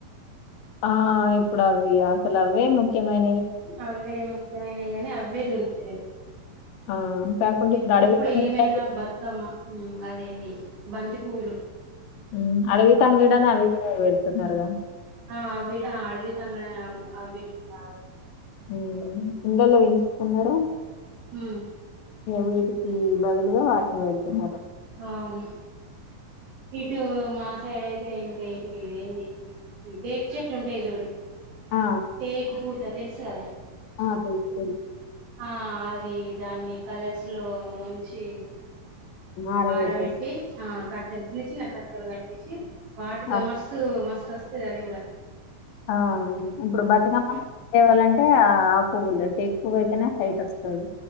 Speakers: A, on the left; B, on the right.
A: ఆ ఇప్పుడు అవి అసల్ అవే ముఖ్యమైన
B: అవే ముఖ్యమనయి గనీ అవే దొరుకుతలేవు
A: ఆ కాకుండా
B: ఎప్
A: అడవి
B: ఇప్పుడు
A: తంగేడు
B: ఏమైనా బతుకమ్మ మ్ అదేంది బంతి పూలు
A: మ్ అడివి తంగడని అవి గిన వెడుతున్నరుగ
B: ఆ ఆ అడవి తంగడని అవు ఆ వీటి భా
A: మ్ ఇంళ్లల్లో వెంచుతున్నరు
B: మ్
A: ఇగ వీటికి బదులుగా వాటిని వెడుతున్నరు
B: అవును ఇటు మా సైడ్ అయితే ఇంకా ఇటు ఇదేంది ఈ టేక్ చెట్లు ఉంటయి జూడు
A: ఆ
B: టేక్ పూత తెలుసు గదా
A: ఆ తెల్స్ తెల్సు
B: ఆ అది దాన్ని కలర్స్ లో ముంచి
A: ఆరబెడతారు
B: ఆర వెట్టి ఆ కట్టెలు చిన్న చిన్న కట్టెలు కట్టేశి వాటితో
A: ఆ
B: మస్తు మస్తు ఒస్తది అది గుడ
A: ఆ ఇప్పుడు బతుకమ్మ చేవాలంటే ఆ ఆ పువ్వులు ఎక్కువయితేనే హైట్ వస్తుంది